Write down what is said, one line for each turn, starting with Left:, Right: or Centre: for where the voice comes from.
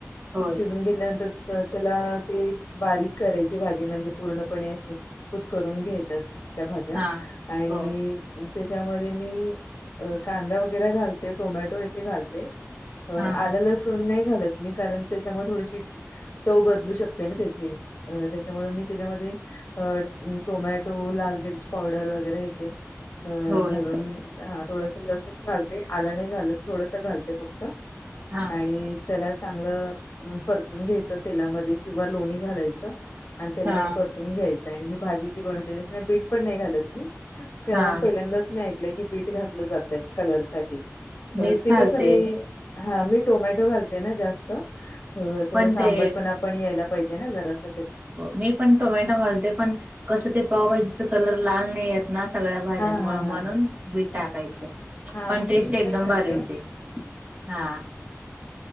Right: होय
Left: शिजवून घेतल्यानंतर त्याला ते बारीक करायची भाजी म्हणजे पूर्णपणे अशी कुस करून घ्यायच्या. त्या भाज्या
Right: हा
Left: आणि
Right: हो
Left: त्याच्यामध्ये मी कांदा वगैरे घालते टोमॅटो येथे घालते. अ
Right: हा
Left: आलं लसून नाही घालत मी कारण त्याच्यामुळे थोडीशी चव बदलू शकते ना त्याची अ त्याच्यामुळ मी त्याच्यामध्ये अ टोमॅटो, लाल मिर्च पावडर, वगैरे येते. अ
Right: होय
Left: घालून हा थोडस लसूण घालते, आलं नाही घालत थोडस घालते फक्त.
Right: हा
Left: आणि! त्याला चांगलं परतून घ्यायचं तेलामध्ये, किंवा लोणी घालायचं. आण त्याला
Right: हा
Left: परतून घ्यायचं आहे, ही भाजी जी बनवलेली असते ना, बीट पण नाही घालत मी. कारण
Right: हा
Left: आज पहिल्यांदाच मी ऐकलंय, की बीट घातलं जातय कलर साठी. अ
Right: मीच
Left: ते
Right: घालते
Left: कसं मी. हा मी टोमॅटो घालते ना जास्त, अ थोडस
Right: पण ते
Left: आंबटपणा पणा यायला पाहिजे ना जरास.
Right: मी पण टोमॅटो घालते, पण कसं ते पावभाजीच कलर लाल नाही येत. ना सगळ्या भाज्यां
Left: हा
Right: मुंळ
Left: हा हा
Right: म्हणून बीट टाकायचं,
Left: हा
Right: पण
Left: मग
Right: टेस्ट
Left: मी काय
Right: एकदम
Left: करते
Right: भारी होते.
Left: अ,
Right: हा!